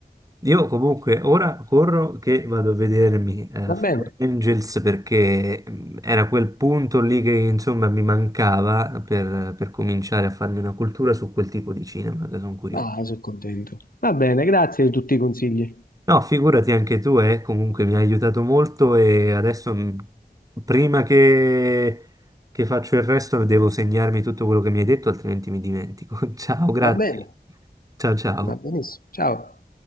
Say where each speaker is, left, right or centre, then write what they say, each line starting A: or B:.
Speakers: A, on the right; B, on the left.
A: Io comunque ora corro che vado a vedermi eh,
B: Va
A: Fallen
B: bene,
A: Angels perché mh, era quel punto lì che insomma mi mancava per, per cominciare a farmi una cultura su quel tipo di cinema, che sono curioso.
B: ah, sono contento. Va bene, grazie di tutti i consigli.
A: No, figurati anche tu, eh, comunque mi hai aiutato molto e adesso mh, prima che, che faccio il resto devo segnarmi tutto quello che mi hai detto, altrimenti mi dimentico. <laughs> Ciao, grazie.
B: Va bene,
A: Ciao ciao.
B: va benissimo. Ciao.